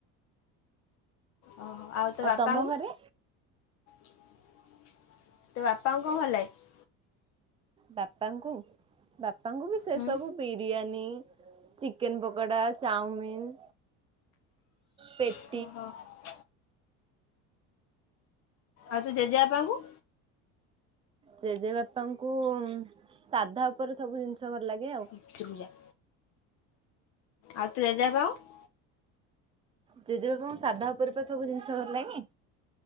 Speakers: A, on the left; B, on the right.
A: ଅହ ଆଉ ତୋ ବାପାଙ୍କୁ
B: ତମ ଘରେ
A: ତୋ ବାପାଙ୍କୁ କଣ ଭଲଲାଗେ?
B: ବାପାଙ୍କୁ ବାପାଙ୍କୁବି ସେ
A: ହୁଁ
B: ସବୁ ବିରିୟାନୀ ଚିକେନ ପକଡା ଚାଓମିନ। ପେଟେ
A: ଅହ। ଆଉ ତୋ ଜେଜେବାପାଙ୍କୁ
B: ଜେଜେବାପାଙ୍କୁ ସାଧା ଉପରେ ସବୁ ଜିନିଷ ଭଲଲାଗେ ଆଉ।
A: ଭିତରକୁ ଯାଆ। ଆଉ ତୋ ଜେଜେବାପାଙ୍କୁ।
B: ଜେଜେବାପାଙ୍କୁ ସାଧା ଉପରେପା ସବୁ ଜିନିଷ ଗଲଲାଗେ।